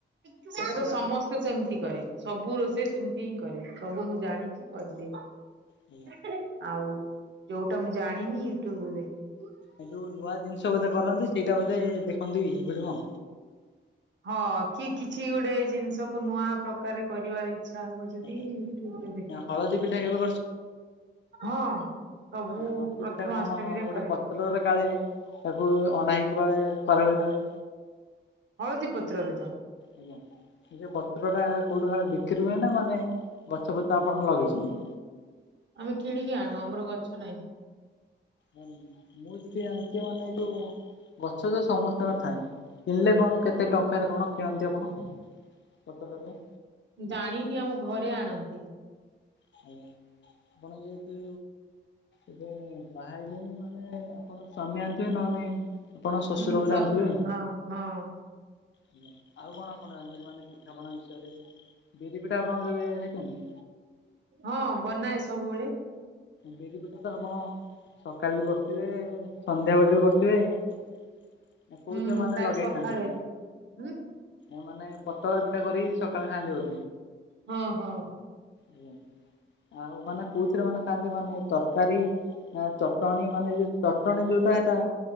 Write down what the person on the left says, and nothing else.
କେବେ କରିନାହାନ୍ତି
ଆଜ୍ଞା
ଏ ଯୋଉ ନୂଆ ଜିନିଷ ବୋଧେ କରନ୍ତି ସେଇଟା ବୋଧେ ଦେଖନ୍ତିୁ ଭିଡିଓ।
ଆଜ୍ଞା
ହଳଦୀ ପିଠା କେବେ
ହଳଦି
ପିଠା କଣ ଗୋଟେ
ପତ୍ରରେ କାଳେ ତାକୁ ଅଣା ହେଇକି କାଳେ। କରା ହୁଏ କାଳେ।
ଆଜ୍ଞା। ସେ ଯୋଉ ପତ୍ର ଟା କୋଉଠି କାଳେ ବିକ୍ରି ହୁଏ ନା ମାନେ ଗଛପତ୍ର ଆପଣ ଲଗେଇଛନ୍ତି।
ନାଁଇ ମୁଁ ଯେତିକି ଜାଣିଛି ମାନେ ଏ ଯୋଉ। ଗଛ ତ ସମସ୍ତଙ୍କ ର ଥାଏ କିଣିଲେ କଣ କେତେ ଟଙ୍କାରେ କଣ କିଣନ୍ତି ଆପଣ। ପତର ରେ।
ଆଜ୍ଞା ଆପଣ ଯେହେତୁ। ଏବେ ବାହା ହେଇଛନ୍ତି ମାନେ ଆପଣ ସ୍ୱାମୀ ଆଣୁଥିବେ ନ ନାଇ। ଆପଣ ଶ୍ୱଶୁର
ବୋଧେ
ଆଣୁ ଥିବେ।
ଆଜ୍ଞା ଆଉ କଣ ଆପଣ ଜାଣିଛନ୍ତି ମାନେ ପିଠାପଣା ବିଷୟରେ ବିରି ପିଠା ଆପଣ କେବେ ଖାଇଛନ୍ତି।
ବିରି ପିଠା ତ ଆପଣ ସକାଳେ ବି କରିଥିବେ ସନ୍ଧ୍ୟା ବେଳେ ବି କରିି ଇଏ କୋଉ
ଠି ମାନେ
ଲଗେଇଥାନ୍ତି
ଏମାନେ ପତଳା ପିଠା କରି ସକାଳେ ଖାଆନ୍ତି ବୋଧେ।
ଆଜ୍ଞା ଆଉ ମାନେ କୋଉଥିରେ ମାନେ ଖାଆନ୍ତି ମାନେ ତରକାରୀ ନା ଚଟଣୀ ମାନେ ଯୋଉ ଚଟଣୀ ଯୋଉଟା ଏଟା